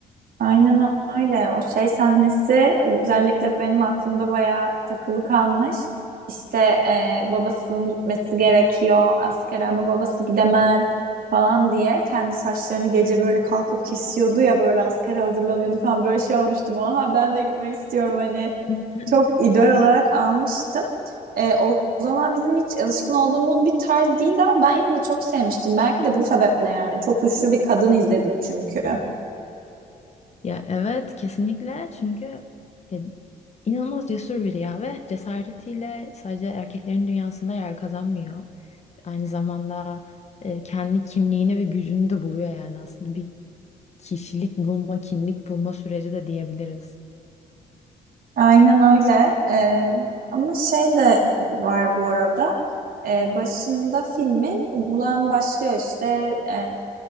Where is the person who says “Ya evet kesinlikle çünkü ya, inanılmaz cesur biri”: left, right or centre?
Left